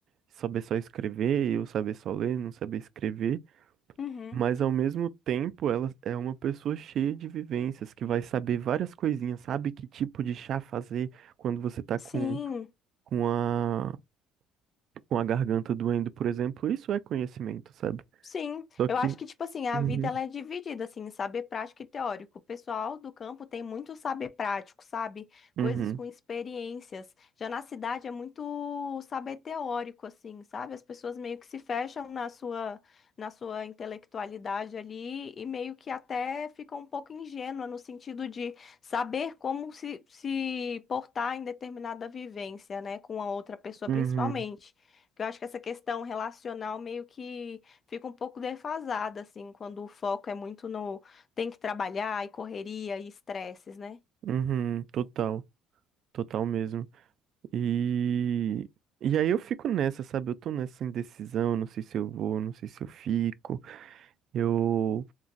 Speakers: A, on the right; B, on the left.
A: saber só escrever, ou saber só ler, não saber escrever,
B: Uhum.
A: mas ao mesmo tempo ela é uma pessoa cheia de vivências, que vai saber várias coisinhas, sabe que tipo de chá fazer quando você tá
B: Sim.
A: com, com a, com a garganta doendo, por exemplo, isso é conhecimento, sabe?
B: Sim,
A: Só
B: eu
A: que
B: acho que, tipo assim, a
A: Uhum,
B: vida ela é dividida, assim, em saber prático e teórico. O pessoal do campo tem muito saber prático, sabe?
A: uhum,
B: Coisas com experiências. Já na cidade é muito saber teórico, assim, sabe? As pessoas meio que se fecham na sua, na sua intelectualidade ali e meio que até ficam um pouco ingênua no sentido de saber como se, se portar em determinada vivência, né? Com a outra pessoa,
A: uhum,
B: principalmente. Porque eu acho que essa questão relacional meio que fica um pouco defasada, assim, quando o foco é muito no tem que trabalhar e correria e estresses, né?
A: uhum, total, total mesmo. E, e aí eu fico nessa, sabe? Eu tô nessa indecisão, não sei se eu vou, não sei se eu fico. Eu,